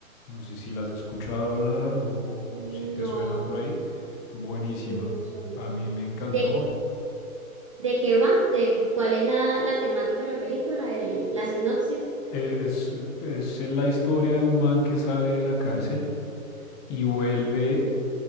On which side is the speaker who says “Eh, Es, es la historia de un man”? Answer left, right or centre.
Left